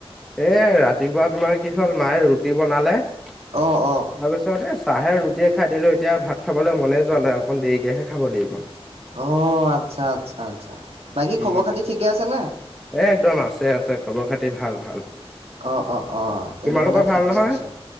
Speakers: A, in the centre; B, on the right.
A: এ ৰাতিপুৱা তোমাৰ কি হল মায়ে ৰুটি বনালে তাৰপিছতে
B: অ' অ'
A: চাহে ৰুটিয়ে খাই দিলো এতিয়া ভাত খাবলৈ মনে যোৱা নাই অকণ দেৰিকেহে খাব লাগিব
B: অ আচ্ছা আচ্ছা আচ্ছা বাকী
A: উম,
B: খবৰ খাতি ঠিকে আছে ন
A: এ একদম আছে আছে খবৰ খাতি ভাল ভাল
B: অ অ অ তেনেহলে
A: তোমালোকৰ
B: ঠিকে
A: ভাল নহয়?
B: আছ